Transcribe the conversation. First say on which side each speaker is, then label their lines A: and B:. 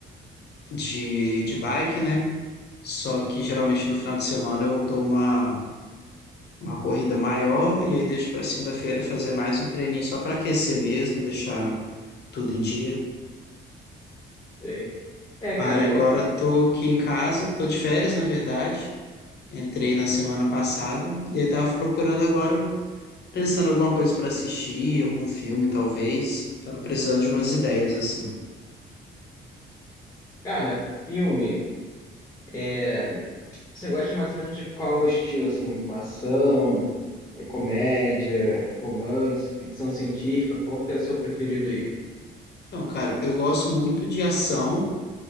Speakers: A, on the left; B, on the left.
A: de, de bike, né? Só que geralmente no final de semana eu dou uma, uma corrida maior e aí deixo para segunda-feira fazer mais um treininho só para aquecer mesmo, deixar tudo em dia.
B: E É,
A: Aí
B: cara,
A: agora
B: eu- eu-
A: tô aqui em casa, tô de férias, na verdade. Entrei na semana passada e aí tava procurando agora, pensando alguma coisa pra assistir, algum filme talvez. Tava precisando de umas ideias assim.
B: cara, filme. é, Você gosta mais ou menos de qual estilo, assim? Uma Ação, é comédia, romance, ficção científica? Qual que é o seu preferido aí?
A: Então, cara, eu gosto muito de ação